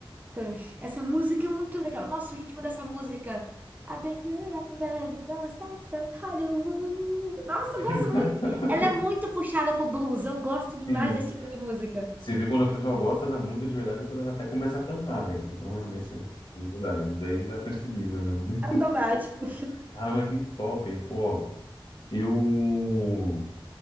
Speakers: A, on the right; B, on the left.
A: Tush. Essa música é muito legal. Nossa, o ritmo dessa música. I've been good, I've been bad, Dallas, Texas, Hollywood. Nossa,
B: <laughs>
A: eu gosto muito. Ela é muito puxada pro blues. Eu gosto demais
B: Sim.
A: desse tipo de música.
B: Você vê quando a pessoa gosta da música de verdade e quando ela até começa a cantar, velho. Então realmente você gosta de verdade. Daí já percebi já mesmo. <laughs>
A: Automático.
B: Caramba, que top. Ó, eu.